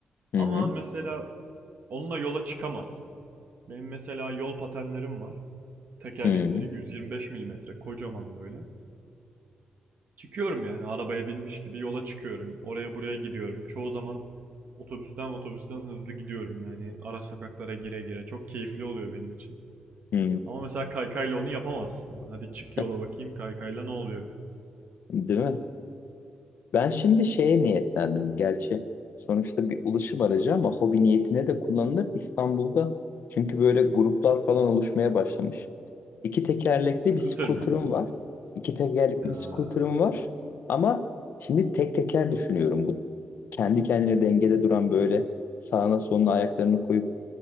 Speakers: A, on the left; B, on the right.
A: hı
B: Ama
A: hı,
B: mesela onunla yola çıkamazsın. Benim mesela yol patenlerim var. Tekerlekleri
A: hı
B: 125 milimetre kocaman böyle. Çıkıyorum yani arabaya binmiş gibi yola çıkıyorum. Oraya buraya gidiyorum. Çoğu zaman otobüsten otobüsten hızlı gidiyorum yani. Ara sokaklara gire gire. Çok keyifli oluyor benim için.
A: hı,
B: Ama mesela kaykayla onu yapamazsın. Hadi çık
A: hı.
B: yola bakayım kaykayla ne oluyor?
A: <laughs> Değil mi? Ben şimdi şeye niyetlendim. Gerçi sonuçta bir ulaşım aracı ama hobi niyetine de kullanılır İstanbul'da. Çünkü böyle gruplar falan oluşmaya başlamış. İki tekerlekli
B: Scooter
A: bir scooter'ım
B: mı?
A: var. İki tekerlekli
B: Ya.
A: bir scooter'ım var. Ama şimdi tek teker düşünüyorum. Bu kendi kendine dengede duran böyle sağına soluna ayaklarını koyup